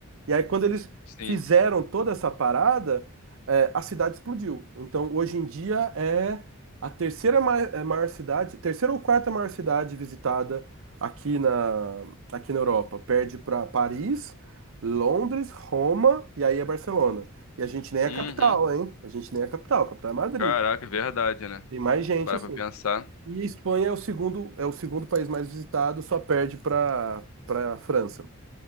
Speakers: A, on the right; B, on the left.
A: E aí quando eles
B: sim.
A: fizeram toda essa parada, eh, a cidade explodiu. Então hoje em dia é a terceira ma- eh, maior cidade, terceira ou quarta maior cidade visitada aqui na, aqui na Europa. Perde para Paris, Londres, Roma e aí é Barcelona. E a gente nem é
B: Uhum.
A: a capital, hein? A gente nem é a capital, a capital é Madrid.
B: Caraca, é verdade, né?
A: Tem mais gente
B: Se parar
A: assim.
B: pra pensar,
A: E a Espanha é o segundo, é o segundo país mais visitado, só perde para para França.